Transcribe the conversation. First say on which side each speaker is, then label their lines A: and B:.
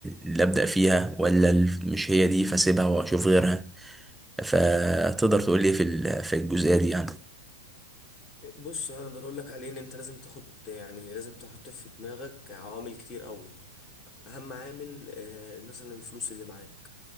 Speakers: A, in the centre; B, on the left.
A: اللي ابدا فيها ولا ال- مش هي دي فاسيبها واشوف غيرها فتقدر تقول لي في ال- في الجزئيه دي يعني
B: بص انا اقدر اقول لك عليه ان انت لازم تاخد يعني لازم تحط في دماغك عوامل كتير قوي اهم عامل آه، مثلا الفلوس اللي معاك